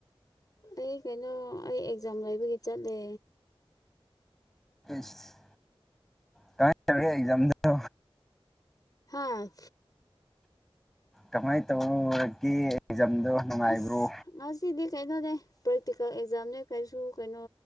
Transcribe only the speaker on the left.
ꯑꯩ ꯀꯩꯅꯣ ꯑꯩ ꯑꯦꯛꯖꯥꯝ ꯂꯩꯕꯒꯤ ꯆꯠꯂꯦ
ꯍꯥ
ꯑꯁ ꯉꯁꯤꯗꯤ ꯀꯩꯅꯣꯅꯦ ꯄ꯭ꯔꯦꯛꯇꯤꯀꯦꯜ ꯑꯦꯛꯖꯥꯝꯅꯦ ꯀꯩꯁꯨ ꯀꯩꯅꯣ